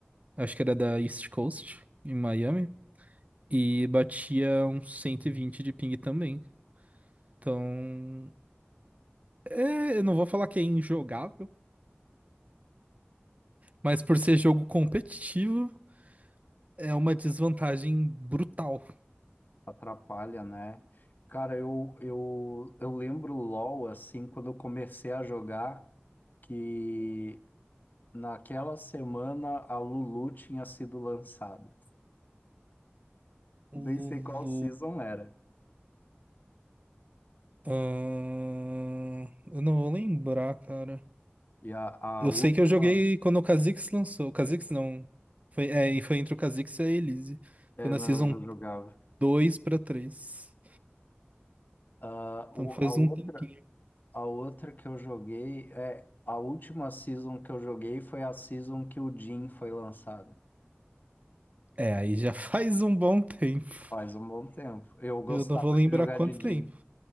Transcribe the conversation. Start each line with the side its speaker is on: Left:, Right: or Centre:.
Right: Acho que era da East Coast, em Miami. E batia uns 120 de ping também. Então, é, eu não vou falar que é injogável, Mas por ser jogo competitivo, é uma desvantagem brutal.
Left: Atrapalha, né? Cara, eu, eu, eu lembro LOL, assim, quando eu comecei a jogar, que naquela semana a Lulu tinha sido lançada. <laughs> Nem
Right: Lulu.
Left: sei qual season era.
Right: ahn, eu não vou lembrar, cara.
Left: E a, a
Right: Eu
Left: última,
Right: sei que eu joguei quando o Kha'Zix lançou. O Kha'Zix não. Foi, é, e foi entre o Kha'Zix e a Elise.
Left: é,
Right: Foi na
Left: não,
Right: Season
Left: eu já jogava.
Right: 2 pra 3.
Left: Ah,
Right: Então
Left: o,
Right: faz
Left: a outra,
Right: um tempinho.
Left: a outra que eu joguei, é, a última season que eu joguei foi a season que o Jhin foi lançado.
Right: É, aí já <laughs> faz um bom tempo.
Left: Faz um bom tempo. Eu gostava
Right: Eu não vou lembrar
Left: de jogar
Right: quanto
Left: de Jhin.
Right: tempo.